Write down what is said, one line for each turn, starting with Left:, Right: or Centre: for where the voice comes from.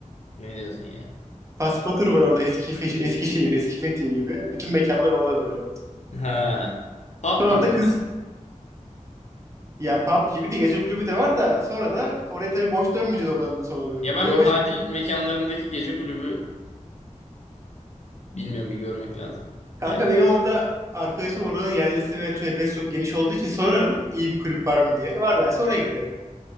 Left: Ne diyorsun ya?
Right: Paspatur var orada eski Fe- Eskişehir, eski Fethiye gibi. Bütün mekanlar orada böyle.
Left: Ha, pub
Right: Sonra
Left: gibi
Right: da
Left: o
Right: kız
Left: zaman.
Right: ya pub gibi değil gece kulübü de var da sonra da oraya tabii boş dönmeyeceğiz oradan da sonra.
Left: Ya ben
Right: Bir amacım.
Left: bu tatil mekanlarındaki gece kulübü bilmiyorum bir görmek lazım.
Right: Kanka
Left: Yani
Right: benim orada arkadaşım oranın yerlisi ve çevresi çok geniş olduğu için sorarım iyi bir kulüp var mı diye. Var derse oraya giderim.